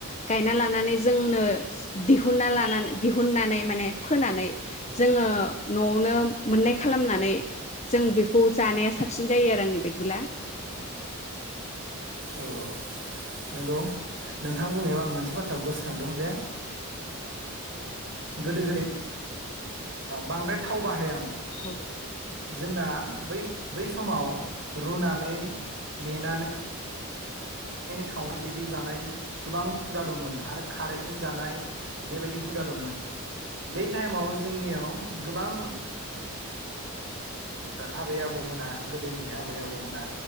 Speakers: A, on the left; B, on the right.
A: गायना लानानै जोंनो दिहुनना लानानै दिहुननानै माने फोनानै जोङो न'आवनो मोननाय
B: औ
A: खालामनानै जों बेखौ जानाया साबसिन जायो आरो आंनि बायदिब्ला
B: औ औ नंगौ नोंथां बुंनायाव आं मोनसे बाथ्रा गोसोखांदों जे गोदो गोदाय बांद्राय थाव बाहायामोन।
A: औ।
B: जोंना बै बै समाव रुनानै मेनानै साव बिदि जानाय गोबां हुदा दंमोन। आरो खारैजों जानाय बेबायदि हुदा दंमोन। बे टाइमाव जोंनियाव गोबां आबै आबौमोना गोदोनि आबै-आबौमोना